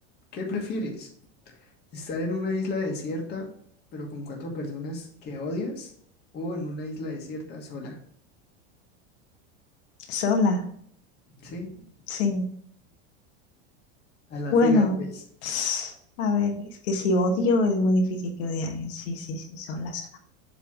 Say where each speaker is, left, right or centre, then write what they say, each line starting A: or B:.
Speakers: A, on the left; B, on the left.
A: ¿qué prefieres? ¿Estar en una isla desierta, pero con cuatro personas que odias? ¿O en una isla desierta sola?
B: Sola,
A: Sí.
B: sí.
A: A la
B: Bueno,
A: fija, pues.
B: <sniffs> a ver, es que si odio es muy difícil que odie a alguien. Sí, sí, sí, sola, sola.